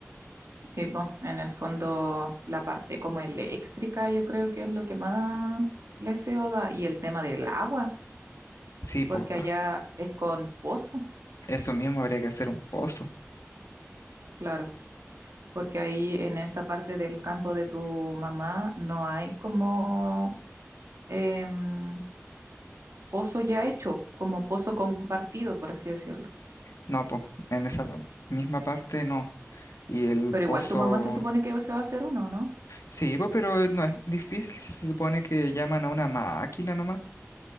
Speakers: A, on the right; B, on the left.
A: Sí, pues, en el fondo la parte como eléctrica yo creo que es lo que más le SEO da y el tema del agua,
B: Sí, pues.
A: porque
B: ah,
A: allá es con pozo,
B: Eso mismo habría que hacer un pozo.
A: claro, porque ahí en esa parte del campo de tu mamá no hay como em, pozo ya hecho, como pozo compartido, por así decirlo.
B: No, pues, en esa pa- misma parte no. Y el
A: Pero
B: pozo...
A: igual tu mamá se supone que se va a hacer uno, ¿no?
B: Sí, pues, pero eh, no es difícil si se supone que llaman a una máquina nomás.